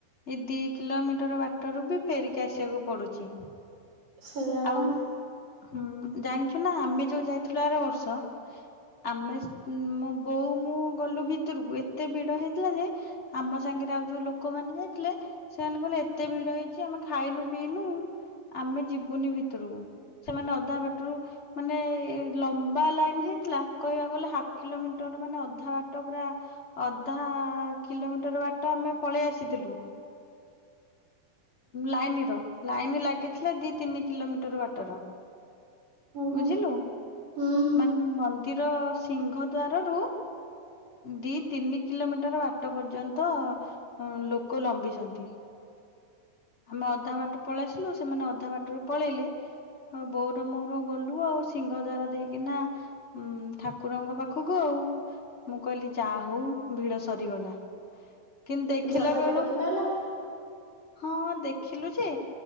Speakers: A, on the left; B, on the right.
A: ଏଇ ଦି କିଲୋମିଟର ବାଟରୁ ବି ଫେରିକି ଆସିବାକୁ ପଡୁଛି
B: ସେଇଆପା
A: ଆଉ ହୁଁ ଜାଣିଛୁ ନା ଆମେ ଯୋଉ ଯାଇଥିଲୁ ଆର ବର୍ଷ ଆମେ ମୋ ବୋଉ ମୁଁ ଗଲୁ ଭିତରକୁ ଏତେ ଭିଡ ହେଇଥିଲା ଯେ ଆମ ସାଙ୍ଗରେ ଆଉ ଯୋଉ ଲୋକମାନେ ଯାଇଥିଲେ ସେମାନେ କହିଲେ ଏତେ ଭିଡ ହେଇଛି ଆମେ ଖାଇନୁ ପିଇନୁ ଆମେ ଯିବୁନି ଭିତରକୁ ସେମାନେ ଅଧା ବାଟରୁ ମାନେ ଲମ୍ବା ଲାଇନ ହେଇଥିଲା କହିବାକୁ ଗଲେ ହାଫ କିଲୋମିଟର ମାନେ ଅଧା ବାଟ ପୁରା ଅଧା କିଲୋମିଟର ବାଟ ଆମେ ପଳେଇ ଆସିଥିଲୁ ଲାଇନ ର ଲାଇନ ଲାଗିଥିଲା ଦି ତିନି କିଲୋମିଟର ବାଟର
B: ଓହୋ
A: ବୁଝିଲୁ
B: ହୁଁ ହୁଁ
A: ମାନେ ମନ୍ଦିର ସିଂହ ଦ୍ୱାରରୁ ଦି ତିନି କିଲୋମିଟର ବାଟ ପର୍ଯ୍ୟନ୍ତ ଲୋକ ଲମ୍ବିଛନ୍ତି ଆମେ ଅଧା ବାଟ ପଳେଇସିଲୁ ସେମାନେ ଅଧା ବାଟରୁ ପଳେଇଲେ ହଉ ବୋଉର ମୋର ଗଲୁ ଆଉ ସିଂହ ଦ୍ୱାର ଦେଇକିନା ଉୁଁ ଠାକୁରଙ୍କ ପାଖକୁ ଆଉ ମୁଁ କହିଲି ଯାହା ହଉ ଭିଡ ସରିଗଲା କିନ୍ତୁ ଦେଖିଲା
B: ଜଗାକୁ
A: ବେଳକୁ
B: ଦେଖି ପାଇଲ
A: ହଁ ଦେଖିଲୁ ଯେ